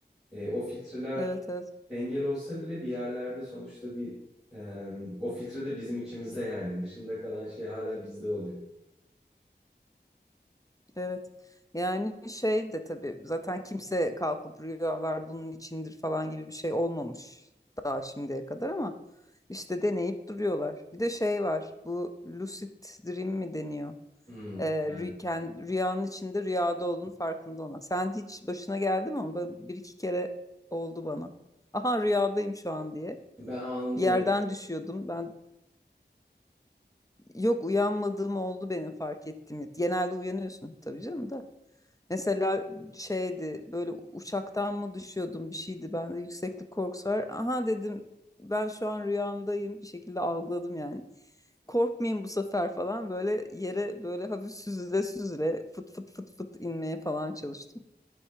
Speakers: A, in the centre; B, on the left.
A: E, o filtreler
B: Evet evet.
A: engel olsa bile bir yerlerde sonuçta bir e, o filtre de bizim içimizde yani dışında kalan şey hala bizde oluyor.
B: Evet. Yani şey de tabii zaten kimse kalkıp rüyalar bunun içindir falan gibi bir şey olmamış daha şimdiye kadar ama işte deneyip duruyorlar. Bir de şey var bu lucid dream mi deniyor?
A: Hmm.
B: Ee, rü-
A: Evet.
B: kend- rüyanın içinde rüyada olduğunu farkında olmak. Sen hiç başına geldi mi? ama ben- Bir iki kere oldu bana. Aha rüyadayım şu an diye.
A: Ben anında
B: Bir
A: uyanıyorum.
B: yerden düşüyordum. Ben yok uyanmadığım oldu benim fark ettiğim. Genelde uyanıyorsun tabii canım da. Mesela şeydi böyle uçaktan mı düşüyordum bir şeydi bende yükseklik korkusu var. Aha dedim ben şu an rüyamdayım bir şekilde algıladım yani. Korkmayayım bu sefer falan böyle yere böyle hafif süzüle süzüle fıt fıt fıt fıt inmeye falan çalıştım.